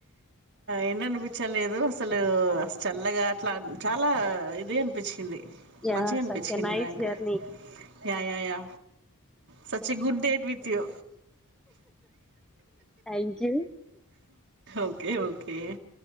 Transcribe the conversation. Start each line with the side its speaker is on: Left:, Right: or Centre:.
Right: ఎండ అనిపించలేదు అస్సలు చల్లగా అట్లా చాలా ఇది గా అనిపించింది
Centre: యా
Right: మంచిగా అనిపించింది
Centre: సచ్ ఏ నైస్
Right: నాకు
Centre: జర్
Right: yeah yeah yeah such a good date with you
Centre: thank you
Right: okay okay